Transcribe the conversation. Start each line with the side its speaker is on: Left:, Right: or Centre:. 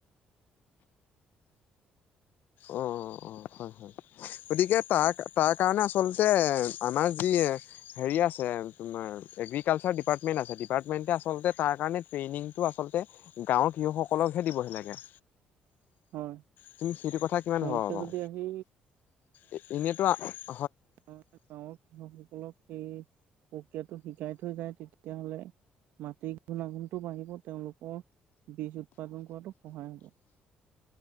Left: অ অ হয় হয় গতিকে তাৰ, তাৰ কাৰণে আচলতে আমাৰ যি হেৰি আছে তোমাৰ এগ্ৰিকালচাৰ ডিপাৰ্টমেণ্ট আছে ডিপাৰ্টমেণ্টে আচলতে তাৰ কাৰণে ট্ৰেইনিংটো আচলতে গাঁৱৰ কৃহকসকলকহে দিবহি লাগে।
Right: হয়,
Left: তুমি সেইটো কথা কিমান
Right: তেওঁলোকে
Left: ভাবা বাও?
Right: যদি আহি
Left: এ-এনেটো আ
Right: আমা যে গাঁৱত কৃষকসকলক সেই ক্ৰিয়াটো শিকাই থৈ যায় তেতিয়াহ'লে মাটি গুণাগুণ টো বাঢ়িব তেওঁলোকৰ বীজ উৎপাদন কৰাটো সহায় হ'ব।